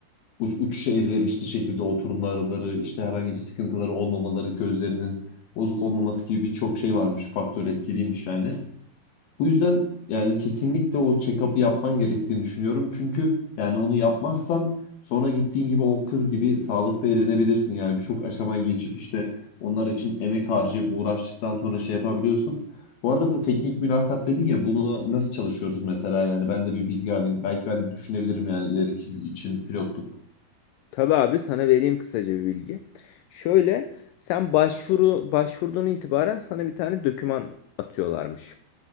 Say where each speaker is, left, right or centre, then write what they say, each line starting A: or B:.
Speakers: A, on the left; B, on the left.
A: uç, uçuşa elverişli şekilde oturumları işte herhangi bir sıkıntıları olmamaları gözlerinin bozuk olmaması gibi birçok şey varmış faktör etkiliymiş yani. Bu yüzden yani kesinlikle o check-up'ı yapman gerektiğini düşünüyorum. Çünkü yani onu yapmazsan sonra gittiğin gibi o kız gibi sağlıkta eğlenebilirsin. Yani birçok aşamayı geçip işte onlar için emek harcayıp uğraştıktan sonra şey yapabiliyorsun. Bu arada bu teknik mülakat dedin ya bunu nasıl çalışıyoruz mesela yani ben de bir bilgi alayım. Belki ben de düşünebilirim yani ileriki için pilotluk
B: tabii abi sana vereyim kısaca bir bilgi. Şöyle sen başvuru başvurduğun itibaren sana bir tane doküman atıyorlarmış.